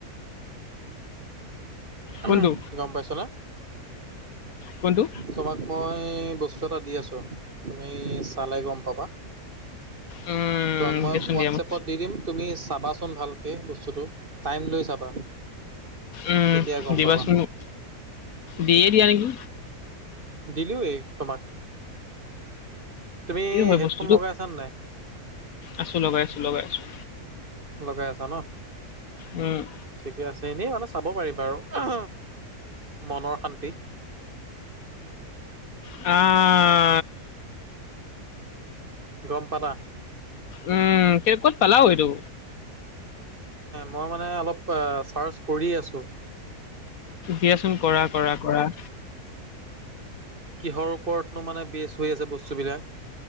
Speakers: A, on the left; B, on the right.
A: কোনটো
B: উম, গম পাইছনে?
A: কোনটো
B: তোমাক মই বস্তু এটা দি আছোঁ তুমি চালে গম পাবা।
A: উম,
B: তাক মই
A: দিয়াচোন
B: হোৱাটছএপত
A: দিয়া মোক
B: দি দিম। তুমি চাবাচোন ভালকৈ বস্তুটো টাইম লৈ চাবা।
A: উম,
B: তেতিয়া গম
A: দিবাচোন
B: পাবা
A: মোক দিয়ে দিয়া নেকি?
B: দিলোওৱ তোমাক। তুমি
A: কি হয়
B: হেডফোন
A: বস্তুটো
B: লগাই আছা নে নাই
A: আছো লগাই লগাইছোঁ
B: লগাই আছা ন
A: উম
B: ঠিকে আছে এনেই মানে চাব পাৰিবা আৰু মনৰ শান্তি
A: অ
B: গম পালা
A: উম ক'ত পালাও এইটো
B: মই মানে অলপ চাৰ্চ কৰি আছো
A: দিয়াচোন কৰা কৰা কৰা
B: কিহৰ ওপৰতনো মানে বেচ হৈ আছে বস্তুবিলাক